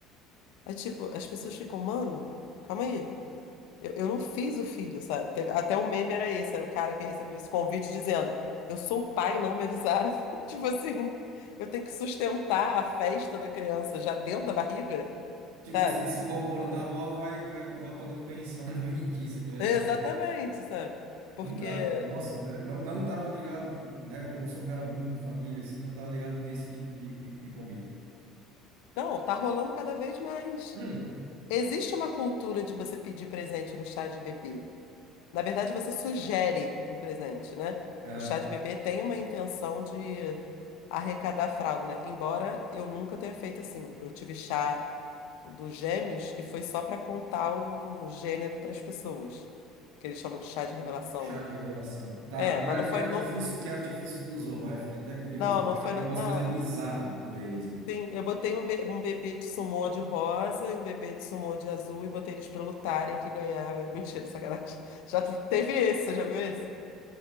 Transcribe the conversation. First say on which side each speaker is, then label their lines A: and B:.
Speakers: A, on the left; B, on the right.
A: É tipo, as pessoas ficam, mano, calma aí. Eu, eu não fiz o filho, sabe? Teve- até o meme era esse, era o cara que recebeu esse convite dizendo: Eu sou o pai, não me avisaram. <laughs> Tipo assim, eu tenho que sustentar a festa da criança já dentro da barriga,
B: Tipo,
A: sabe?
B: se se comportar mal, vai, vai acabar pagando pensão <laughs> alimentícia por resto
A: Exatamente,
B: da vida.
A: sabe? Porque,
B: Nunca, nossa, né, não, não tava ligado, né? Porque eu não sou um cara muito família, assim, não tava ligado nesse tipo de, de, de convite.
A: não, tá rolando cada vez mais.
B: Hum,
A: Existe uma cultura de você pedir presente no chá de bebê. Na verdade, você sugere o presente, né?
B: ah,
A: O chá de bebê tem uma intenção de arrecadar fralda, né? Embora eu nunca tenha feito assim. Eu tive chá dos gêmeos e foi só para contar o gênero para as pessoas, que eles chamam de chá de revelação,
B: Chá
A: né?
B: de revelação. Tá,
A: É,
B: que,
A: mas
B: ar-
A: não foi
B: que artifício,
A: no...
B: que artifício tu usou? Vai, fiquei até curioso.
A: Não, não
B: Eu
A: foi...
B: já vi
A: no-
B: umas
A: Não.
B: coisas bizarras por aí, assim.
A: Sim, eu botei um, be- um bebê de sumô de rosa e um bebê de sumô de azul e botei eles para lutarem que ganhava. Mentira, sacanagem. Já teve esse, você já viu esse?